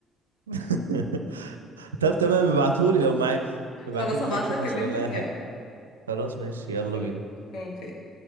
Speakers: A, on the right; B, on the left.
A: <laughs> طب تمام ابعتهولي لو معاك
B: <laughs>
A: ابعتلي
B: خلاص هبعتلك
A: لينك مثلا
B: اللينك
A: ولا
B: بتاعه
A: اي حاجة خلاص ماشي يلا
B: أوكي
A: بينا
B: أوكي.